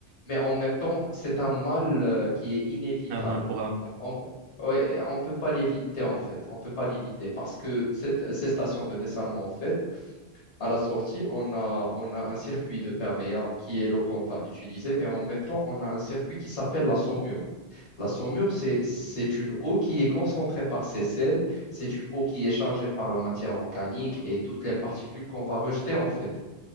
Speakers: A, on the left; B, on the right.
A: mais en même temps, c'est un mal euh, qui est inévitable.
B: Un mal pour un bien.
A: Donc, on ouais, on peut pas l'éviter, en fait. On peut pas l'éviter parce que cette, ces stations de dessalement, en fait, à la sortie, on a, on a un circuit de perméa qui est l'eau qu'on va utiliser, mais en même temps, on a un circuit qui s'appelle la saumure. La saumure, c'est,
B: Mhm,
A: c'est une eau qui est concentrée par ses sels, c'est une eau qui est chargée par la matière organique et toutes les particules qu'on va rejeter, en fait.